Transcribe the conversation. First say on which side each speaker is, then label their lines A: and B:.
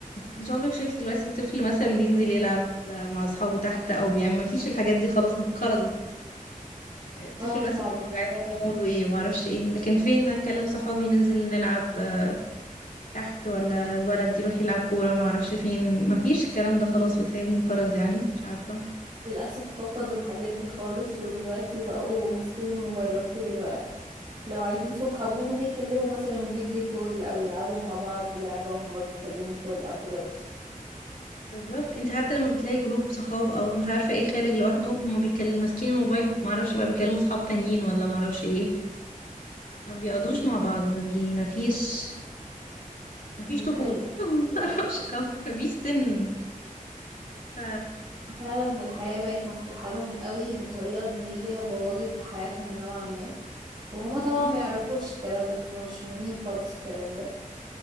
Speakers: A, on the left; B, on the right.
A: انت عمرك شايف دلوقتي الطفل مثلا بينزل يلعب آه، مع أصحابه تحت أو بيعمل مفيش الحاجات دي خلاص انقرضت آه، الطفل
B: آه طبعا
A: دلوقتي بيخرج
B: الموضوع
A: عادي
B: ده
A: في مول وإيه ومعرفش إيه لكن فين أكلم صحابي ننزل نلعب آه، تحت ولا الولد يروح يلعب كورة معرفش فين مفيش الكلام ده خلاص بيتهيألي انقرض يعني مش عارفة
B: للأسف فقدوا الحاجات دي خالص ودلوقتي بقوا ماسكين الموبايلات طول الوقت لو عايزين صحابهم بيكلموا مثلا فيديو كول أو يلعبوا مع بعض لعبة وهما بيتكلموا كول أو كده بس
A: بالظبط انت حتى لما بتلاقي جروب صحاب او مش عارفه ايه خارج لوحده هما بيتكلم ماسكين الموبايل ما اعرفش بقى بيكلموا صحاب تانيين ولا ما اعرفش ايه ما بيقعدوش مع بعض ما بي ما فيش ما فيش
B: دي
A: طفوله
B: حقيقة
A: <laughs>
B: للأسف
A: ما اعرفش او ما فيش سن ف
B: فعلا الحياة بقت مفتوحة لهم قوي بطريقة ان هي بوظت حياتهم نوعا ما وهما
A: ده
B: طبعا
A: حقيقي
B: ما يعرفوش الكلام ده هما مش فاهمين خالص الكلام ده